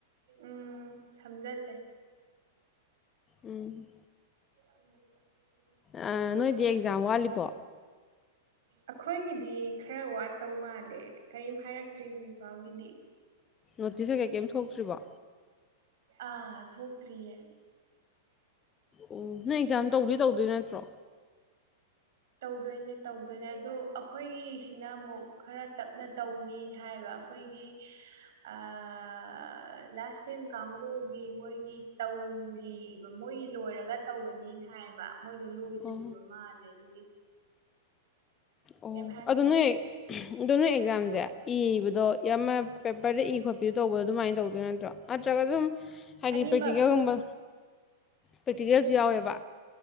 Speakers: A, on the right; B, on the left.
A: ꯎꯝ ꯁꯝꯖꯜꯂꯦ
B: ꯎꯝ
A: <unintelligible>
B: ꯑꯥ ꯅꯣꯏꯗꯤ ꯑꯦꯛꯖꯥꯝ ꯋꯥꯠꯂꯤꯕꯣ
A: ꯑꯈꯣꯏꯒꯤꯗꯤ ꯈꯔ ꯋꯥꯠꯇꯧ ꯃꯥꯜꯂꯦ ꯀꯔꯤꯝ ꯍꯥꯏꯔꯛꯇ꯭ꯔꯤ ꯍꯧꯖꯤꯛꯐꯥꯎꯒꯤꯗꯤ
B: ꯅꯣꯇꯤꯁ ꯀꯩ ꯀꯩ ꯀꯩꯝ ꯊꯣꯛꯇ꯭ꯔꯤꯕꯣ
A: ꯑꯥ ꯊꯣꯛꯇ꯭ꯔꯤꯌꯦ
B: ꯑꯣ ꯅꯣꯏ ꯑꯦꯛꯖꯥꯝ ꯇꯧꯗꯤ ꯇꯧꯗꯣꯏ ꯅꯠꯇ꯭ꯔꯣ
A: ꯇꯧꯗꯣꯏꯅꯦ ꯇꯧꯗꯣꯏꯅꯦ ꯑꯗꯨ ꯑꯈꯣꯏꯒꯤꯁꯤꯅ ꯑꯃꯨꯛ ꯈꯔ ꯇꯞꯅ ꯇꯧꯅꯤꯅ ꯍꯥꯏꯕ ꯑꯈꯣꯏꯒꯤ ꯑꯥ ꯂꯥꯁ ꯁꯦꯝ ꯀꯥꯡꯕꯨꯒꯤ ꯃꯣꯏꯒꯤ ꯇꯧꯔꯤ ꯃꯣꯏꯒꯤ ꯂꯣꯏꯔꯒ ꯇꯧꯒꯅꯤꯅ ꯍꯥꯏꯕ ꯃꯣꯏꯗꯣ ꯂꯣꯏꯗ꯭ꯔꯤꯕ
B: ꯑꯣ
A: ꯃꯥꯜꯂꯦ ꯑꯗꯨꯒꯤ
B: ꯑꯣ
A: ꯀꯩꯝ ꯍꯥꯏꯔꯛꯇ꯭ꯔꯤ
B: ꯑꯗꯨ ꯅꯣꯏ ꯗꯣ ꯅꯣꯏ ꯑꯦꯛꯖꯥꯝꯖꯦ ꯏꯕꯗꯣ ꯌꯥꯝꯃ ꯄꯦꯄꯔꯗ ꯏ ꯈꯣꯠꯄꯤꯗꯣ ꯇꯧꯕꯗꯣ ꯑꯗꯨꯃꯥꯏꯅ ꯇꯧꯗꯣꯏ ꯅꯠꯇ꯭ꯔꯣ ꯅꯠꯇ꯭ꯔꯒ ꯑꯗꯨꯝ ꯍꯥꯏꯗꯤ
A: ꯑꯅꯤꯃꯛ
B: ꯄ꯭ꯔꯦꯛꯇꯤꯀꯦꯜꯒꯨꯝꯕ ꯄ꯭ꯔꯦꯛꯇꯤꯀꯦꯜꯖꯨ ꯌꯥꯎꯋꯦꯕ